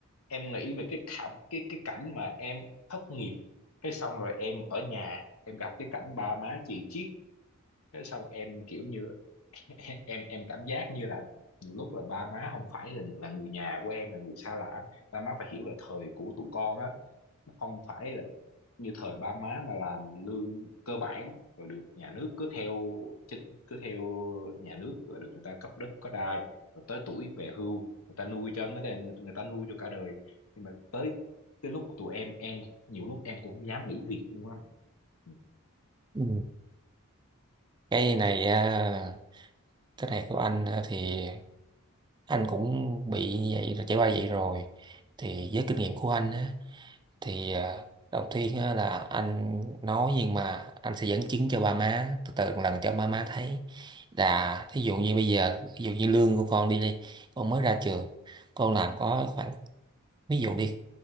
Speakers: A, on the left (about 70°); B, on the right (about 20°).
A: em nghĩ về cái cảnh cái cái cảnh mà em thất nghiệp cái xong rồi em ở nhà em gặp cái cảnh ba má chì chiết cái xong em kiểu như <laughs> em em cảm giác như là nhiều lúc là ba má không phải là là người nhà của em là người xa lạ ba má phải hiểu là thời của tụi con á nó không phải là như thời ba má mà làm lương cơ bản rồi được nhà nước cứ theo chính cứ theo nhà nước rồi được người ta cấp đất có đai rồi tới tuổi về hưu người ta nuôi cho người ta người, người ta nuôi cho cả đời nhưng mà tới cái lúc của tụi em em nhiều lúc em cũng không dám nghỉ việc luôn á ừ
B: ừ. cái này à, cái này của anh á thì anh cũng bị như vậy rồi trải qua vậy rồi thì với kinh nghiệm của anh á, thì à, đầu tiên á là anh nói nhưng mà anh sẽ dẫn chứng cho ba má từ từ một lần cho ba má thấy là thí dụ như bây giờ ví dụ như lương của con đi đi con mới ra trường con làm có khoảng ví dụ đi